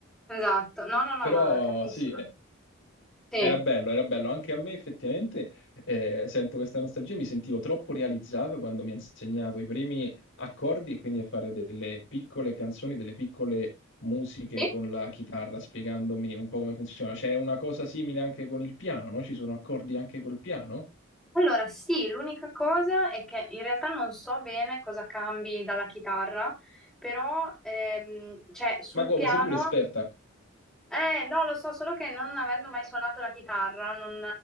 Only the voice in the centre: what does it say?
Esatto. No, no, no,
ma capisco.
Sì.
Sì?
Allora, sì, l'unica cosa è che in realtà non so bene cosa cambi dalla chitarra, però ehm, cioè, sul
piano
Eh, no, lo so, solo che non avendo mai suonato la chitarra, non,